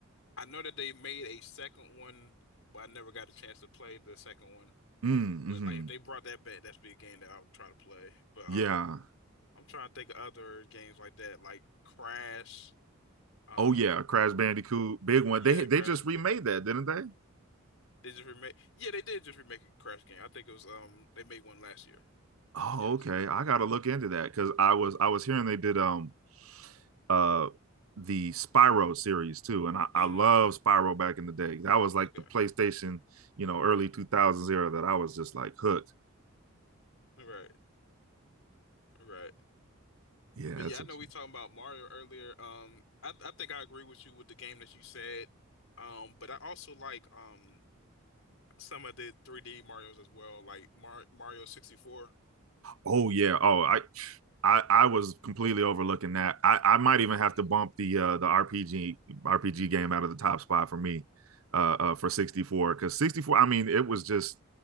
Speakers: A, on the left (about 70°); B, on the right (about 80°).
A: I know that they made a second one, but I never got a chance to play the second one.
B: Mm, hmm
A: But like if they brought that back, that's be a game that I would try to play. But
B: Yeah.
A: um I'm trying to think of other games like that, like Crash. Um,
B: Oh yeah, Crash Bandicoot, big one.
A: <laughs> yeah,
B: They they
A: Crash
B: just
A: was
B: remade
A: definitely.
B: that, didn't they?
A: They just remake. Yeah, they did just remake a Crash game. I think it was um they made one last year.
B: Oh,
A: Yes.
B: okay. I gotta look into that because I was I was hearing they did um uh the Spyro series too, and I,
A: Mm.
B: I love Spyro back in the day. That was like
A: Okay.
B: the PlayStation, you know, early two thousands era that I was just like hooked.
A: Right. Right.
B: Yeah,
A: But
B: that's
A: yeah, I
B: it.
A: know we talking about Mario earlier. Um, I I think I agree with you with the game that you said. Um, but I also like um some of the 3D Marios as well, like Mar Mario 64.
B: Oh yeah. Oh, I I I was completely overlooking that. I I might even
A: Mm.
B: have to bump the uh the RPG RPG game out of the top spot for me uh, uh for 64 cuz 64 I mean it was just